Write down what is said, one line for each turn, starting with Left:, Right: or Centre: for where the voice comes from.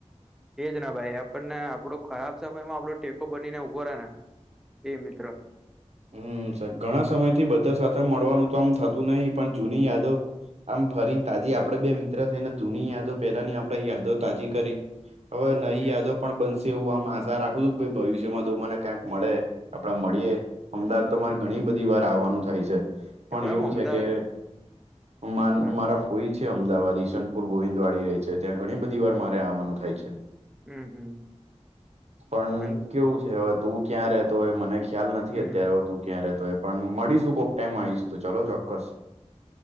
Centre: એજ ના ભાઈ, આપણને આપડો ખરાબ સમયમાં આપડો ટેકો બનીને ઉભો રહે ને એ મિત્ર.
Right: હમ, સર ઘણા સમય થી બધા સાથે મળવાનું તો આમ થતું નહી પણ જૂની યાદો. આમ ફરી તાજી આપડે બે મિત્ર થઈને ધૂની યાદો પેલાની આપણેે યાદો તાજી કરી. હવે નઈ
Centre: હમ
Right: યાદો પણ બનશે. એવું આમ આશા રાખું છું ભઈ ભવિષ્યમાં તુ મને ક્યાંક મળે આપડે મળીએે. અમદાવાદ તો મારે ઘણી બધી વાર આવવાનું થાય છે. પણ
Centre: એમ
Right: એવું
Centre: અમદાવાદ
Right: છે કે મન
Centre: બરોબર
Right: મારા કોઈ છે અમદાવાદ ઈસનપુર ગોવિંદવાડી રેય છે. ત્યાં ઘણી બધી વાર મારે આવવાનું થાય છે.
Centre: હમ હમ
Right: પણ
Centre: વાંધો
Right: કેવું છે હવે તું ક્યાં રેતો હોય મને ખ્યા ખ્યાલ નથી
Centre: હમ
Right: ત્યારે તુ ક્યાં રેતો હોય પણ મળીશું કોક ટાઈમ આઈશ તો ચાલો તો ચોક્કસ.